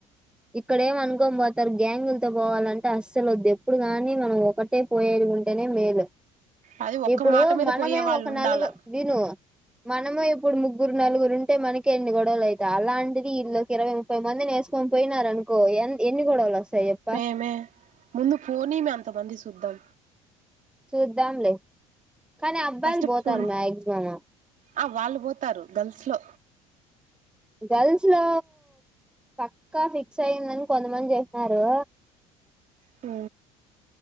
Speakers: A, in the centre; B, on the right.
A: ఇక్కడ ఏమో అనుకోని పోతారు గ్యాంగులతో పోవాలంటే అస్సలు వద్దు ఎప్పుడు గాని మనం ఒకటే పోయేది ఉంటేనే మేలు
B: అది ఒక్క
A: ఇప్పుడు
B: మాట మీద
A: మనమే
B: పోయే వాళ్ళు
A: ఒక
B: ఉండాల
A: నాలుగురు విను మనమే ఇప్పు ఇప్పుడు ముగ్గురు నలుగురు ఉంటే మనకి ఎన్ని గొడవలు అయతయి అలాంటిది ఇల్లు ఇరవై ముప్పై మందిని వేసుకోని పోయినారఅనుకో ఎ ఎన్నిగోడవలు వస్తాయి చెప్ప
B: పే మే ముందు ఫోని మే అంతమంది చూద్దాం
A: చూద్దాంలే కానీ అబ్బాయిలు
B: ఫస్ట్
A: పోతారు
B: పోనీ
A: మ్యాగ్సిమం
B: ఆ వాళ్ళు పోతారు గర్ల్స్ లో
A: గర్ల్స్ లో పక్కా ఫిక్స్ అయిందని కొంతమంది చెప్పినారు
B: హు